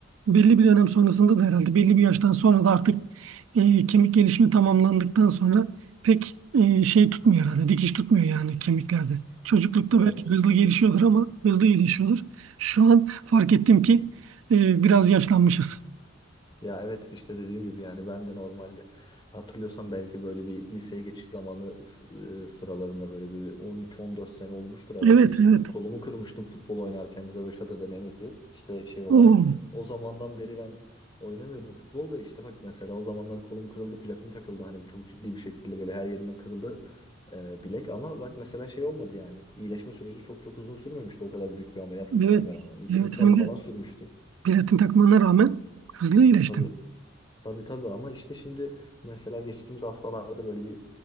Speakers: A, on the right; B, on the left.
A: belli bir dönem sonrasında da herhalde belli bir yaştan sonra da artık e, kemik gelişimi tamamlandıktan sonra pek e, şey tutmuyor herhalde. Dikiş tutmuyor yani kemiklerde. Çocuklukta
B: Evet.
A: belki hızlı gelişiyordur ama hızlı gelişiyordur. Şu an fark ettim ki e, biraz yaşlanmışız.
B: Ya evet işte dediğin gibi yani ben de normalde hatırlıyorsan belki böyle bir liseye geçiş zamanı s- e, sıralarında böyle bir 13-14 sene olmuştur herhalde
A: Evet,
B: üstünden.
A: evet.
B: Kolumu kırmıştım futbol oynarken röveşata denemesi işte şey olarak.
A: Oo,
B: O zamandan beri ben oynamıyordum futbol da işte bak mesela o zamanlar kolum kırıldı platin takıldı hani çok ciddi bir şekilde böyle her yerinden kırıldı e, bilek ama bak mesela şey olmadı yani iyileşme süreci çok çok uzun sürmemişti o kadar büyük bir ameliyat geçirmeme
A: evet,
B: rağmen 2-3
A: evet.
B: ay
A: Hem
B: falan
A: de
B: sürmüştü.
A: platin takmana rağmen hızlı iyileştim.
B: Tabii. Tabii tabii ama işte şimdi mesela geçtiğimiz haftalarda böyle bir